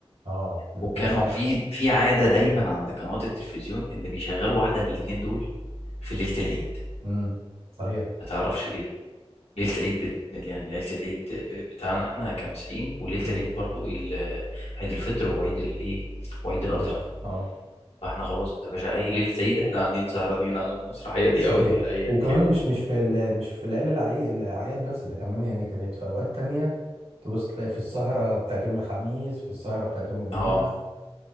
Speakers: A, on the right; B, on the left.
A: اه الاتنين
B: وكانوا
A: صح
B: في في عاده دايما عند قنوات التلفزيون ان بيشغلوا واحده من الاتنين دول في ليله العيد
A: امم صحيح
B: ما تعرفش ليه ليله العيد بت... يعني ليله العيد ب- بتاعنا احنا كمسيحيين وليله
A: امم
B: العيد برضو ال... عيد الفطر وعيد الايه وعيد الاضحى
A: سيد القطر اه
B: فاحنا خلاص انت باشا اي ليله عيد احنا قاعدين سهرانين على المسرحيه دي
A: صحيح
B: او دي ايا
A: وكمان
B: كان
A: مش مش في ال- مش في ليالي العي- الاعياد بس ده كمان يعني كانت في اوقات تانية تبص تلاقي في السهرة بتاعت يوم الخميس في السهرة بتاعت يوم الجمعة
B: اه